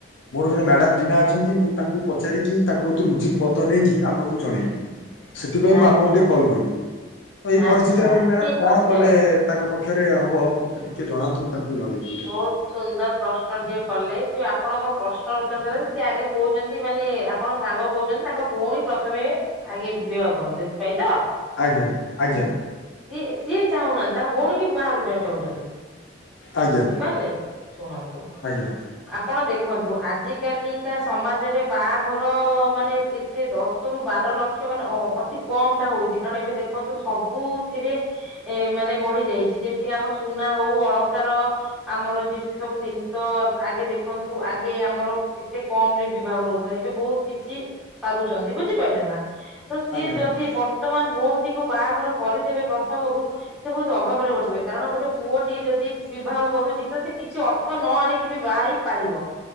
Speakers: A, on the left; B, in the centre.
A: ମୋର ଜଣେ ମ୍ୟାଡ଼ାମ ଚିହ୍ନା ଅଛନ୍ତି ମୁଁ ତାଙ୍କୁ ପଚାରିକି ତାଙ୍କ କତୁରୁ ଉଚିତ୍ ମତ ନେଇକି ଆପଣଙ୍କୁ ଜଣେଇବି। ସେଥିପାଇଁ ମୁଁ
B: ଆଜ୍ଞା
A: ଆପଣଙ୍କୁ ଟିକେ
B: ଆଜ୍ଞା
A: କଲ୍ କଲି, ତ ଏଇ
B: ଆଚ୍ଛା
A: ପରିସ୍ଥିତିରେ ମ୍ୟାଡାମ
B: ଠିକ
A: କଣ
B: ଅଛି
A: କଲେ
B: ଆଉ।
A: ତାଙ୍କ ପକ୍ଷରେ ହବ ମୋତେ ଟିକିଏ ଜଣାନ୍ତୁ ମୁଁ ତାଙ୍କୁ ଜଣେଇବି ଏଇଟା।
B: ବହୁତ ସୁନ୍ଦର ପ୍ରଶ୍ନ ଟିଏ କଲେ ଯେ ଆପଣଙ୍କ ପ୍ରଶ୍ନର ଉତ୍ତର ଦେଲା ସେ ଆଗେ କହୁଚନ୍ତି ମାନେ ଆପଣ ସାଙ୍ଗ କହୁଛନ୍ତି ତାଙ୍କ ଭଉଣୀ ପ୍ରଥମେ ଆଗେ ବିବାହ କରନ୍ତୁ ସେଥିପାଇଁ ତ?
A: ଆଜ୍ଞା-ଆଜ୍ଞା।
B: ସିଏ-ସିଏ ଚାହୁଁନାହାନ୍ତି ତାଙ୍କ ଭଉଣୀ କି ବାହାଘର କରିଆକୁ ଚାହୁଚନ୍ତି।
A: ଆଜ୍ଞା
B: ବୁଝିପାରିଲେ ଶୁଣନ୍ତୁ
A: ଆଜ୍ଞା
B: ଆପଣ ଦେଖନ୍ତୁ ଆଜିକାଲିକା ସମାଜରେ ବାହାଘର ମାନେ କେ ଏତେ ଦଶ ରୁ ବାର ଲକ୍ଷ ମାନେ ଅ ଅତି କମ୍ ଟା ହଉଚି କାରଣ ଏବେ ଦେଖନ୍ତୁ ସବୁଥିରେ ଏ ମାନେ ବଢି ଯାଇଚି ଯେମିତି ଆମ ସୁନା ହଉ ଅଳଙ୍କାର ଆମର ଯେମିତି ସବୁ ଜିନିଷ ଆଗେ ଦେଖନ୍ତୁ ଆଗେ ଆମର କେତେ କମ୍ ରେ ବିଭାଘର ହଉଥିଲା ଏବେ ବହୁତ କିଛି ସାରୁଛନ୍ତି ବୁଝିପାଇଲେ ନା। ତ ସିଏ
A: ଆଜ୍ଞା ଆଜ୍ଞା
B: ଯଦି
A: ଆଜ୍ଞା
B: ବର୍ତ୍ତମାନ ଭଉଣୀଟିକୁ ବାହାଘର କରିଦେବେ ପ୍ରଥମରୁ ସେ ବହୁତ୍ ଅଭାବରେ ଘଟିବେ କାରଣ ଗୋଟେ ପୁଅ ଟିଏ ଯଦି ବିବାହ କରୁଚି ତ ସେ କିଛି ଅର୍ଥ ନ ଆଣିକି ବି ବାହା ହେଇ ପାରିବ।